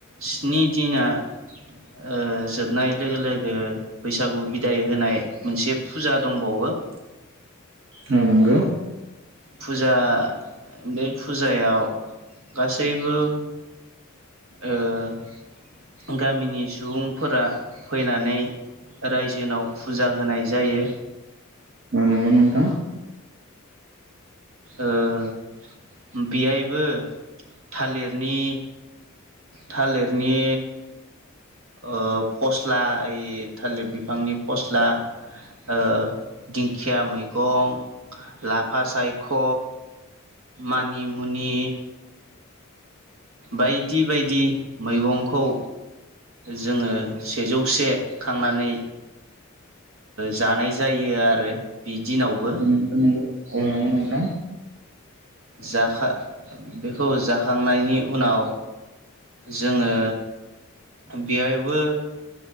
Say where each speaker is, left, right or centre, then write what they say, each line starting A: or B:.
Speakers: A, on the right; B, on the right.
A: स्नि दिना ओ जोबनाय लोगो लोगो बैसागु बिदाय होनाय मोनसे फुजा दंबावो <inaudible>
B: औ नोंगौ
A: फुजा बे फुजायाव गासैबो ओ गामिनि सुबुंफोरा फैनानै रायजोनाव फुजा होनाय जायो
B: औ नोंगौ नोंथां
A: ओ बेहायबो थालिरनि थालिरनि ओ फस्ला ओइ थालिर बिफांनि फस्ला ओ दिंखिया मैगं लाफा सायख' मानिमुनि बायदि बायदि मैगंखौ जोङो सेजौसे खांनानै जानाय जायो आरो बि दिनावबो
B: नंगौ नंगौ औ नंगौ नोंथां
A: जाखा बेखौ जाखांनायनि उनाव जोङो बेवहायबो